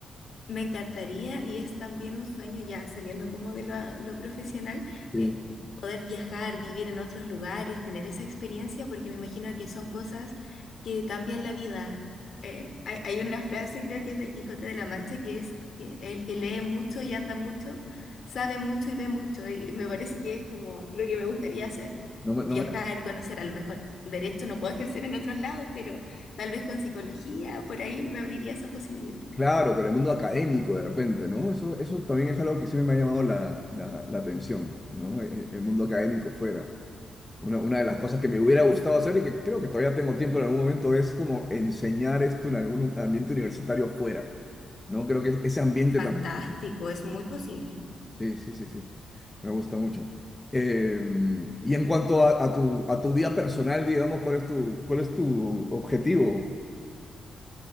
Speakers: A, on the left (about 55°); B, on the left (about 15°).
A: Me encantaría y es también un sueño ya saliendo como de lo, lo profesional,
B: Sí.
A: eh, poder viajar, vivir en otros lugares, tener esa experiencia, porque me imagino que son cosas que cambian la vida. Eh, hay, hay una frase, creo que es del Quijote de la Mancha, que es que el que lee mucho y anda mucho, sabe mucho y ve mucho, eh, y me parece que es como lo que me gustaría hacer,
B: No, me-
A: viajar,
B: no me la-
A: conocer, a lo mejor derecho no puedo ejercer en otros lados, pero... Tal vez con psicología, por ahí me abriría esa posibilidad.
B: claro, con el mundo académico de repente, ¿no? Eso, eso también es algo que siempre me ha llamado la, la- la atención, ¿no? El, el mundo académico fuera. Una, una de las cosas que me hubiera gustado hacer y que creo que todavía tengo tiempo en algún momento es como enseñar esto en algún ambiente universitario fuera, ¿no? Creo que ese ambiente
A: Fantástico,
B: también...
A: es muy posible.
B: Sí, sí, sí, sí, me gusta mucho. Eh, y en cuanto a, a tu, a tu vida personal, digamos, ¿cuál es tu, cuál es tu objetivo?